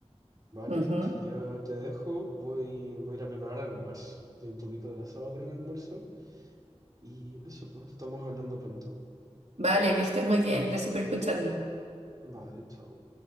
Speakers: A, on the right; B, on the right.
A: ¿vale?
B: Ujú.
A: Yo te dejo, voy, voy a ir a preparar almuerzo. Estoy un poquito atrasado con el almuerzo y eso, pues estamos hablando pronto.
B: Vale, que estés muy bien. Gracias por escucharme.
A: Vale, chao.